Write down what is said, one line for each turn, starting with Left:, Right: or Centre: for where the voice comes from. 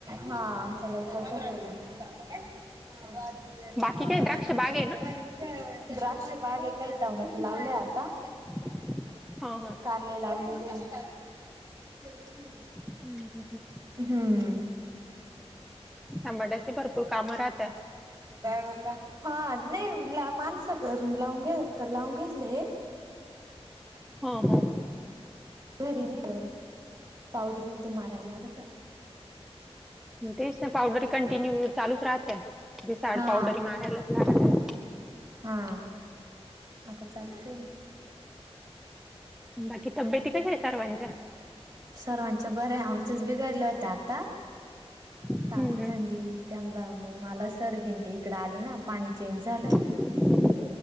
Right: हा आमचा लवकरचा. <unintelligible>
Centre: बाकी काय द्राक्ष बाग आहे ना?
Right: द्राक्ष बाग आहे हे काय टमाटो लावले आता.
Centre: <unintelligible> हां..
Right: कारले लाव <unintelligible>
Centre: हम्म हम्म.
Right: हम्म.
Centre: टमाट्याची भरपूर कामं राहत्या
Right: ड्रायव्हरला हा, नाही माणसं कर लावून घ लावून घेतले.
Centre: हा हा.
Right: घरी नाही गं, पावडर ते मारायला लागत.
Centre: तेच ना पावडरी कंटिन्यू चालूच राहते, जड
Right: हा
Centre: पावडरी मारायलाच लागते.
Right: हां, आता चाल चिल.
Centre: बाकी तब्येेती कशा आहे सर्वांच्या.
Right: सर्वांच्या बरे आहे, आमचेच बिघाडले होते आता.
Centre: हम्म
Right: ताप
Centre: हम्म
Right: थंडी त्यांना मग, मला सरदीन ते इकडं आले ना, पाणी चेंज झालं.
Centre: <unintelligible>